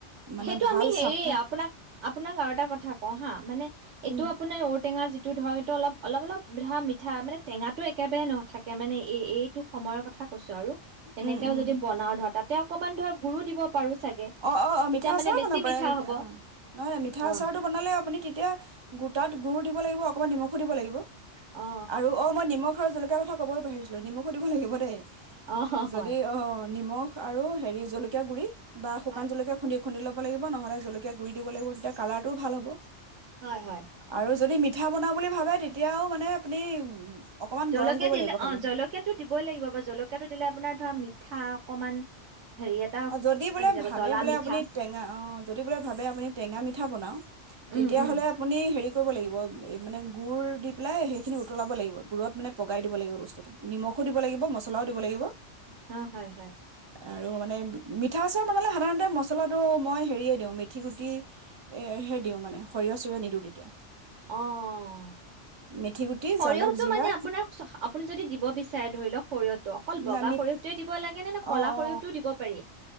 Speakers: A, on the right; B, on the right.
A: মানে
B: সেইটো
A: ভাল
B: আমি হেৰি,
A: চাফা
B: আপোনাক, আপোনাক আৰু এটা কথা কওঁ হা, মানে এইটো
A: উম,
B: আপোনাৰ ঔটেঙা যি এইটো ধৰক, এইটো অলপ, অলপ অলপ ধৰা মিঠা মানে টেঙাটো একেবাৰে ন নাথাকে, মানে এই এইটো সময়ৰ কথা কৈছো আৰু। এনেকেও
A: উম, উম,
B: যদি বনাও ধৰা তাত তেওঁ অকণমান ধৰা গুড়ো দিব পাৰো চাগে
A: অ' অ' অ',
B: তেতিয়া
A: মিঠা
B: মানে
A: আচাৰো
B: বেছি
A: বনাব পাৰে,
B: মিঠা হ'ব
A: অ নহয় নহয় মিঠা
B: অ
A: আচাৰটো বনালে আপুনি তেতিয়া গোটাত গুৰো দিব লাগিব, অকণমান নিমখো দিব লাগিব।
B: অ
A: আৰু, অ মই নিমখ জলকীয়া কথা ক'বই পাহৰিছিলো, নিমখো দিব লাগিব দেই।
B: অ অ
A: যদি
B: হয়
A: অ' অ' নিমখ আৰু হেৰি জলকীয়া গুৰি বা শুকান
B: হয়
A: জলকীয়া খুন্দি খুন্দি ল'ব লাগিব, নহ'লে জলকীয়া গুৰি দিব লাগিব, তেতিয়া কালাৰটোও ভাল হ'ব।
B: হয় হয়।
A: আৰু যদি মিত ঠা বনাওঁ বুলি ভাৱে, তেতিয়াও মানে আপুনি অকমান
B: জলকীয়া
A: গৰম কৰিব
B: দিলে,
A: লাগিব খালি
B: অ' জলকীয়াটো দিবই লাগিব বাৰু, জলকীয়াটো দিলে আপোনাৰ ধৰা মিঠা অকমান হেৰি এটা
A: অ' যদি বোলে
B: আহি যাব
A: ভাবে
B: জ্বলা
A: বোলে
B: মিঠা
A: আপুনি টেঙা, অ' যদি বোলে ভাবে আপুনি টেঙা মিঠা বনাও,
B: উম
A: তেতিয়াহ'লে
B: উম
A: আপুনি হেৰি লাগিব, এই মানে গুুৰ দি পেলাই হেৰি খিনি উতলাব লাগিব, গুড়ত মানে পগাই দিব লাগিব বস্তুটো, নিমখো দিব লাগিব, মছলাও দিব লাগিব
B: অ' হয় হয়।
A: আৰু মানে মিঠা আচাৰ বনালে সাধাৰণতে মচলাটো, মই হেৰিয়ে দিওঁ, মেথি গুটি, এৰ হে দিওঁ মানে, সৰিয়হ চৰিয়হ নিদিওঁ তেতিয়া।
B: অ',
A: মেথি গুটি
B: সৰিয়হটো
A: জালুক জিৰা
B: মানে আপোনাৰ, আপুনি যদি দিব বিচাৰে ধৰি লওক সৰিয়হটো, অকল বগা
A: নামিত
B: সৰিয়হটোৱে দিব লাগে নে নে ক'লা
A: অ অ
B: সৰিয়হটোও দিব পাৰি?